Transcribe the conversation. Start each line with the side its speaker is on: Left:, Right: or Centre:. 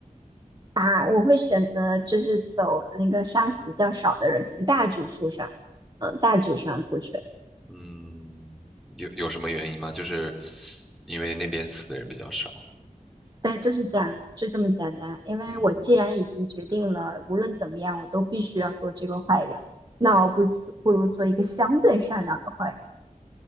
Right: 啊，我会选择就是走那个杀死较少的人，从大局出发，嗯，大局上顾全。
Centre: 嗯，有有什么原因吗？就是因为那边死的人比较少。
Right: 对，就是这样，就这么简单。因为我既然已经决定了，
Centre: 嗯
Right: 无论怎么样，我都必须要做这个坏人，那我不不如做一个相对善良的坏人。